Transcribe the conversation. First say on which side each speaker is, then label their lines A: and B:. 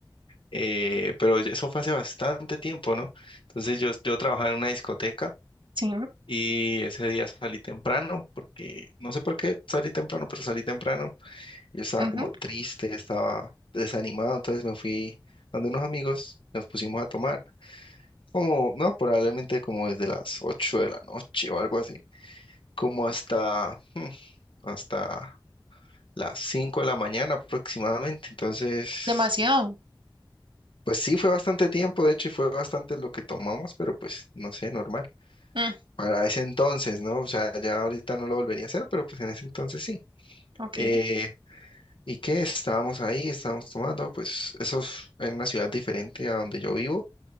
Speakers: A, on the left; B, on the right.
A: Eh, pero ya- eso fue hace bastante tiempo, ¿no? Entonces yo, yo trabajaba en una discoteca
B: Sí.
A: y ese día salí temprano, porque no sé por qué salí temprano, pero salí temprano. Yo estaba
B: ujú,
A: como triste, estaba desanimado, entonces me fui donde unos amigos, nos pusimos a tomar. Como, no, probablemente como desde las 8 de la noche o algo así. como hasta, hmm, hasta las 5 de la mañana aproximadamente. Entonces,
B: Demasiado.
A: pues sí, fue bastante tiempo, de hecho, y fue bastante lo que tomamos, pero pues no sé, normal.
B: Mm,
A: Para ese entonces, ¿no? O sea, ya ahorita no lo volvería a hacer, pero pues en ese entonces sí.
B: ok,
A: Eh, ¿y qué? Estábamos ahí, estábamos tomando, pues eso es en una ciudad diferente a donde yo vivo.